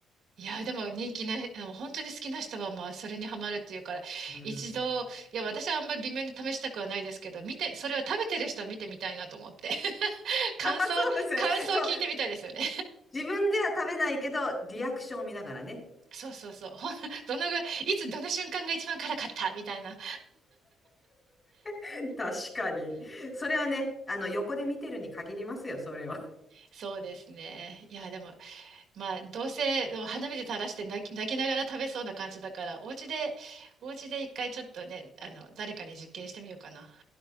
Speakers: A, on the right (about 70°); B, on the left (about 30°).
A: いや、でも人気ない、あの本当に好きな人はまあそれにハマるっていうから、
B: うん。
A: 一度、
B: <laughs>
A: いや、私はあんまり微妙に試したくはないですけど、見て、それを食べてる人を見てみたいなと思って。<laughs> 感想、
B: あ、そうですね。
A: 感想を聞いてみたいですよね。
B: そう。自分では食べないけど、リアクションを見ながらね。
A: うん。そうそうそう。ほんどのぐらい、いつどの瞬間が一番辛かったみたいな。
B: <laughs> 確かに。それはね、あの、横で見てるに限りますよ、それは。
A: <laughs> そうですね。いや、でも、まあ、どうせ花火で垂らして泣き、泣きながら食べそうな感じだから、お家で、お家で一回ちょっとね、あの、誰かに実験してみようかな。